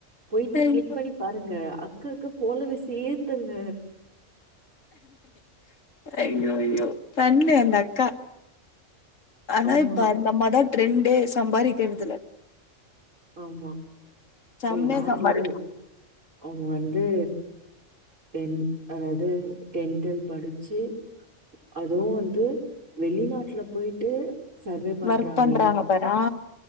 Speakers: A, on the right; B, on the left.
A: போயிட்டு
B: ஐயோ
A: கிளிக் பண்ணி பாருங்க அக்காகு ஃபாலோவர்ஸ ஏத்தூங்க
B: ஐயோ அய்யோ பண்ணு அந்த அக்கா ஆன
A: ஆமா
B: இப்பா அந்தமாத ட்ரெண்டு சம்பாதிக்கறதுல
A: ஆமா
B: செம்மையா
A: இ வேற
B: சம்பாரி
A: லெவல் அவுங்க வந்து டென் அதாவது டென்டெல் படிச்சி அதுவும் வந்து வெளிநாட்டுல போயிட்டு சர்வே பண்றாங்கல்ல.
B: ஒர்க் பண்றாங்க பாரு ஆ